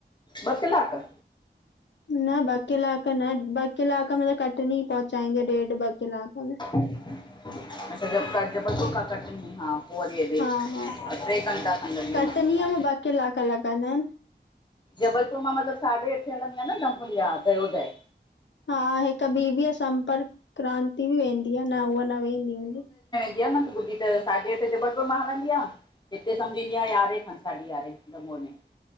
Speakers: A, on the left; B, on the left.
A: ॿ किलाक।
B: न, ॿ किलाक न, ॿ किलाक में त कटनी पहुचाईंदीआ, ॾेढ़ ॿ किलाक में।
A: अच्छा, ज जबलपुर खां कटनीं, हा पो वरी हेॾे,
B: हा
A: त
B: हा
A: ट्रे घंटा कन लॻी वेंदा
B: कटनीअ
A: हूंदा।
B: में ॿ कलाक लॻंदा आहिनि।
A: जबलपुर मां मतलब साढ़े अठें हलंदी आ न, विहार गयोदय।
B: हा हिक ॿी आ संपर्क क्रांति बि वेंदी आ, न हूअ न वेंदी हूंदी।
A: इक मां बुधी त साढे अठे जबरपुर मां हलंदी आ। हिते समुझी इंदी आ यारहें खन साढी यारहें जम्मूअ में।